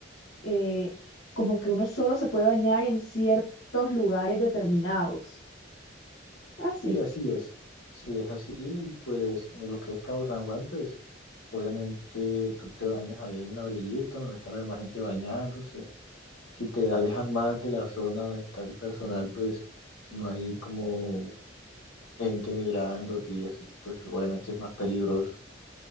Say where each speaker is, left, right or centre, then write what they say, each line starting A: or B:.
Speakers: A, on the left; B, on the left.
A: eh, como que uno solo se puede bañar en ciertos lugares determinados. Así.
B: Y así es. Si es así, pues en lo que es Cabo San Juan, pues obviamente tú te bañas ahí en la orillita donde está la demás gente bañándose. Si te alejas más de la zona donde está el personal, pues no hay como gente mirándote y eso, y pues obviamente es más peligroso.